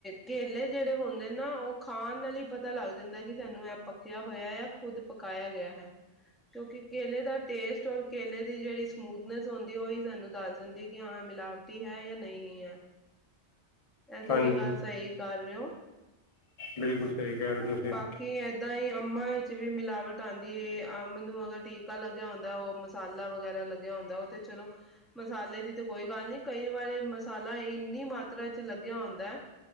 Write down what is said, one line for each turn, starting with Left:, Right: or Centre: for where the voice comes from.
Centre: ਕੇਲੇ ਜਿਹੜੇ ਹੁੰਦੇ ਨਾ ਉਹ ਖਾਣ ਨਾਲ ਹੀ ਪਤਾ ਲੱਗ ਜਾਂਦਾ ਕਿ ਤੇਨੂੰ ਇਹ ਪੱਕਿਆ ਹੋਇਆ ਯਾ ਖੁਦ ਪਕਾਇਆ ਗਿਆ ਹੈ। ਕਿਉਂਕਿ ਕੇਲੇ ਦਾ ਟੇਸਟ ਔਰ ਕੇਲੇ ਦੀ ਜਿਹੜੀ ਸਮੂਥਨੈਸ ਹੁੰਦੀ ਹੈ ਉਹੀ ਸਾਨੂੰ ਦੱਸ ਦਿੰਦੀ ਹੈ ਕਿ ਹਾਂ ਮਿਲਾਵਟੀ ਹੈ ਜਾਂ ਨਹੀਂ ਹੈ। ਇਹ ਤੁਸੀਂ
Left: ਹਾਂਜੀ
Centre: ਗੱਲ ਸਹੀ ਕਰ ਰਹੇ ਹੋ।
Left: ਬਿਲਕੁਲ ਸਹੀ ਕਹਿ ਰਹੇ ਹੋ ਤੁਸੀਂ।
Centre: ਬਾਕੀ ਏਦਾਂ ਹੀ ਅੰਮਾਂ ਵਿੱਚ ਵੀ ਮਿਲਾਵਟ ਆਉਂਦੀ ਹੈ। ਅੰਮ ਨੂੰ ਅਗਰ ਟੀਕਾ ਲੱਗਿਆ ਹੁੰਦਾ ਉਹ ਮਸਾਲਾ ਵਗੈਰਾ ਲੱਗਿਆ ਹੁੰਦਾ, ਉਹ ਤੇ ਚਲੋ ਮਸਾਲੇ ਦੀ ਤਾਂ ਕੋਈ ਗੱਲ ਨਹੀਂ, ਕਈ ਵਾਰੀ ਮਸਾਲਾ ਇੰਨੀ ਮਾਤਰਾ ਚ ਲੱਗਿਆ ਹੁੰਦਾ ਹੈ